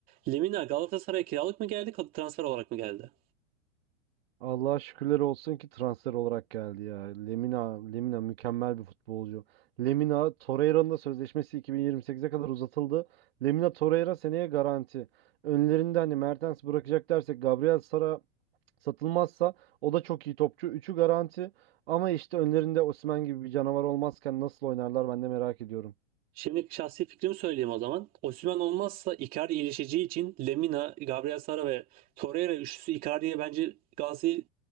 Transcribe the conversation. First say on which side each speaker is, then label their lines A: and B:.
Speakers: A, on the right; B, on the right.
A: Lemina Galatasaray'a kiralık mı geldi, kal- transfer olarak mı geldi?
B: Allah'a şükürler olsun ki transfer olarak geldi ya. Lemina, Lemina mükemmel bir futbolcu. Lemina Torreira'nın da sözleşmesi 2028'e kadar uzatıldı. Lemina Torreira seneye garanti. Önlerinde hani Mertens bırakacak dersek Gabriel Sara Satılmazsa o da çok iyi topçu. Üçü garanti ama işte önlerinde Osimhen gibi bir canavar olmazken nasıl oynarlar ben de merak ediyorum.
A: Şimdi şahsi fikrimi söyleyeyim o zaman. Osimhen olmazsa Icardi iyileşeceği için Lemina, Gabriel Sara ve Torreira üçlüsü Icardi'ye bence Galatasaray